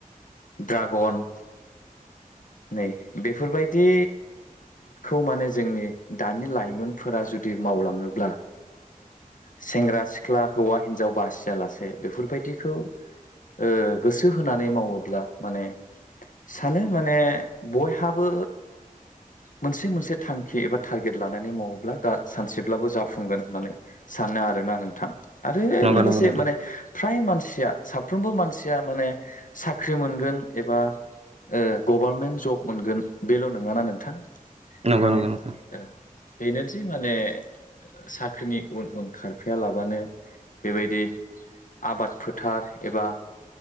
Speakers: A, on the left (about 65°); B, on the right (about 45°).
A: ड्रागन। नै बेफोरबायदि खौ माने जोंनि दानि लाइमोनफोरा जुदि मावलाङोब्ला। ओ सेंग्रा सिख्ला हौवा हिनजाव बासियालासे बेफोरबायदिखौ ओ गोसो होनानै मावोब्ला माने सानो माने बयहाबो मोनसे मोनसे थांखि एबा टारगेट लानानै मावोब्ला सानसेब्लाबो फुंगोन होननानै सानो आरोना नोंथां आरो
B: नंगौ
A: लोगोसे
B: नंगौ नोंथां
A: माने फ्राय मानसि या साफ्रोमबो मानसिया माने साख्रि मोनगोन एबा ओ गभारनमेन्ट जब मोनगोन बेल' नोङाना नोंथां।
B: नंगौ
A: माने
B: नंगौ नोंथां।
A: ओ बेनोदि माने साख्रिनि उन उन खार फायालाबानो बेबायदि आबाद फोथार एबा